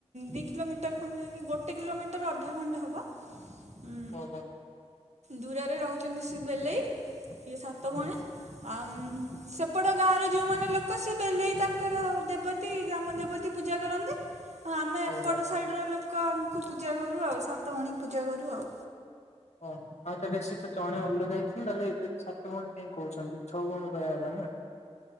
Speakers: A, on the right (about 80°); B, on the left (about 75°).
A: ଦି କିଲୋମିଟର ଖଣ୍ଡେ କି ଗୋଟେ କିଲୋମିଟର ଅଧା ଖଣ୍ଡେ ହେବ। ଉଁ,
B: ଓହୋ
A: ଦୂରରେ ରହୁଛନ୍ତି ସେ ବେଲେଇ। ଇଏ ସାତ
B: ହୁଁ
A: ଭଉଣୀ ଆଉ ସେପଟ ଗାଁର ଯୋଉମାନେ ଲୋକ ସେ ବେଲେଇ ତାଙ୍କର ଦେବତୀ ଗ୍ରାମ ଦେବତୀ ପୂଜା କରନ୍ତି ହଁ ଆମେ
B: ଓହୋ
A: ଏପଟ ସାଇଡ ର ଲୋକ ଲୋକଙ୍କୁ ପୂଜା କରୁ ଆଉ ସାତଭଉଣୀଙ୍କୁ। ପୂଜା କରୁ ଆଉ।
B: ଓହୋ ଆଉ ତାହେଲେ ସେ ତ ଜଣେ ଅଲଗା ହେଇଥିଲା ତାହେଲେ ଏବେ ବି ଛଅଜଣ କାଇଁ କହୁଛନ୍ତି ଛଅ ଭଉଣୀ କହିଆ କଥା ନା।